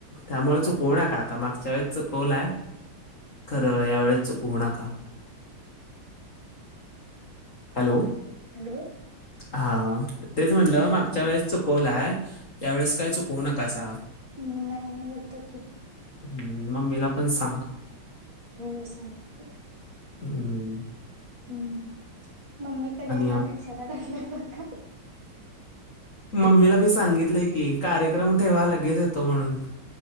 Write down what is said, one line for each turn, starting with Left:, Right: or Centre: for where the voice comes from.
Left: त्यामुळे तू कोण आहे का आता मागच्या व चुकवलाय खरं या वेळेस चुकवू नका हॅलो
Right: हॅलो
Left: हा तेच म्हणलं मागच्या
Right: हा
Left: वेळेस चुकवलाय यावेेळेस काय चुकवू नका अस
Right: ् नाही नाही येत त की
Left: ह् मममीला पण सांग
Right: हो सांगत क
Left: हम्
Right: हम्म मम्मी कधी येणार
Left: आप-
Right: विचाराला लाग ना ब का
Left: मम्मीला मी सांगितलंय की कार्यक्रम ठेवा लगेच येतो म्हणून